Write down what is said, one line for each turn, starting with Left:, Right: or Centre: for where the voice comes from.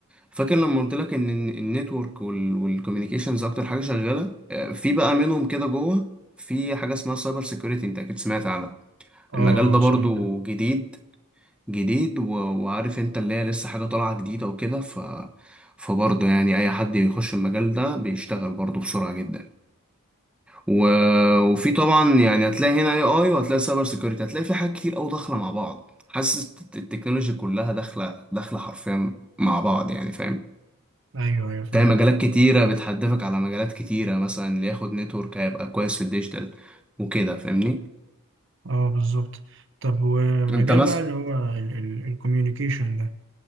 Centre: فاكر لما قلت لك إن ال- النتورك وال- والكوميونيكيشنز أكتر حاجة شغالة آه، في بقى منهم كده جوه في حاجة اسمها سايبر سيكيورتي أنت أكيد سمعت عنها
Right: اه
Centre: المجال ده
Right: آه،
Centre: برضو
Right: سمعتها
Centre: جديد جديد و- وعارف أنت اللي هي لسه حاجة طالعة جديدة وكده ف فبرضه يعني أي حد بيخش المجال ده بيشتغل برضه بسرعة جدا و... وفي طبعا يعني هتلاقي هنا اي اي وهتلاقي سايبر سيكيورتي هتلاقي في حاجات كتير قوي داخله مع بعض حاسس الت- التكنولوجي كلها داخله داخله حرفيا مع بعض يعني فاهم
Right: ايوه ايوه فاهم
Centre: تلاقي مجالات كتيره بتحدفك على مجالات كتيره مثلا اللي ياخد نتورك هيبقى كويس في الديجيتال وكده فاهمني
Right: اه بالظبط طب ومجال
Centre: انت مثلا
Right: بقى اللي هو الكوميونيكيشن ده